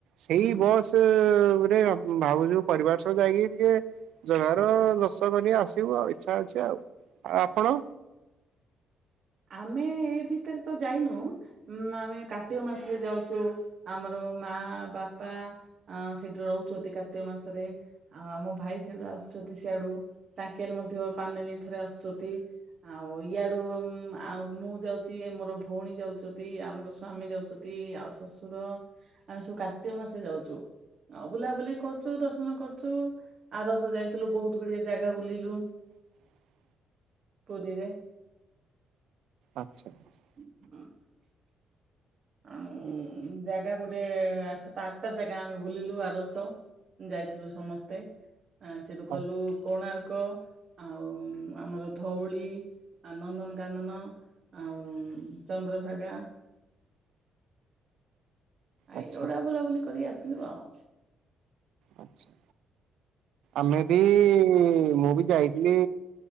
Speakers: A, on the right; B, on the right.
A: ସେଇ
B: ହୁଁ
A: ବସ୍ କିନ୍ତୁ ଗୋଟେ ଭାବୁଛୁ ପରିବାର ସହ ଯାଇକି ଟିକେ ଜଗାର ଦଶ ର୍ଶନ କରି ଆସିବୁ ଆଉ ଇଚ୍ଛା ଅଛି ଆଉ। ଆଉ ଆପଣ?
B: ଆମେ ଏଇ ଭିତରେ ତ ଯାଇନୁ। ଉଁ ଆମେ କାର୍ତ୍ତିକ ମାସରେ ଯାଉଛୁ ଆମର ମା ବାପା ଆ ସେଠି ରହୁଛନ୍ତି କାର୍ତ୍ତିକ ମାସରେ। ଆଉ ଆମ ଭାଇ ସେଠୁ ଆସୁଛନ୍ତି ସିଆଡୁ ତାଙ୍କେଲ ମଧ୍ୟ ପାନେ ନେଇ ଥରେ ଆସୁଛନ୍ତି। ଆଉ ଇଆଡୁ ଆଉ ମୁଁ ଯାଉଛି ମୋର ଭଉଣୀ ଯାଉଛନ୍ତି ଆମର ସ୍ଵାମୀ ଯାଉଛନ୍ତି ଆଉ ଶଶୁର ଆମେ ସବୁ କାର୍ତ୍ତିକ ମାସେ ରେ ଯାଉଚୁ। ଆଉ ବୁଲାବୁଲି କରୁଚୁ ଦର୍ଶନ କରୁଚୁ ଆର ବର୍ଷ ଯାଇଥିଲୁ ବହୁତ ଗୁଡିଏ ଜାଗା ବୁଲିଲୁ।
A: <inaudible>
B: ପୁରୀ ରେ।
A: ଆଚ୍ଛା <unintelligible>
B: <unintelligible> ଆଉ ଉଁ ଜାଗା ଗୋଟେ ସାତ ଆଠଟା ଜାଗା ଆମେ ବୁଲିଲୁ ଆରବର୍ଷ। ଯାଇଥିଲୁ ସମସ୍ତେ ଆ ସେଠୁ
A: ଆଚ୍ଛା
B: ଗଲୁ କୋଣାର୍କ ଆଉ ଆମର ଧଉଳି ଆଉଁ ନନ୍ଦନକାନନ। ଆଉ ଚନ୍ଦ୍ରଭାଗା। ଆଇ
A: ଆଚ୍ଛା।
B: ଏଗୁଡାଆ ବୁଲାବୁଲି କରି ଆସିଲୁ ଆଉ।
A: ଆଛା ଆମେ ବି ମୁଁ ବି ଯାଇଥିଲି